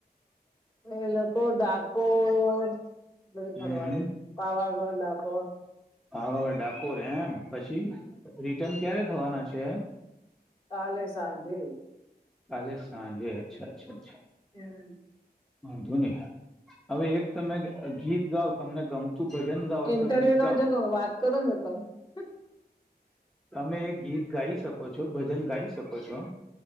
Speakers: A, on the left; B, in the centre.
A: એ લોકો ડાકોર બધું
B: હમ
A: ફરવા ગયા છે પાવાગઢ ડકોર
B: પાવાગઢ ડાકોર એમ પછી રિટર્ન ક્યારે થવાના છે
A: કાલે સાંજે
B: કાલે સાંજે અચ્છા અચ્છા અચ્છા
A: <inaudible>
B: વાંધો નહી હવે એક તમે ગીત ગાઓ તમને ગમતું ભજન ગાઓ અથવા
A: ઇન્ટરવ્યુ
B: ગીત
A: લો
B: ગાઓ
A: છો કે વાત કરો છો <inaudible>
B: તમે એ ગીત ગાઈ શકો છો ભજન ગાઈ શકો છો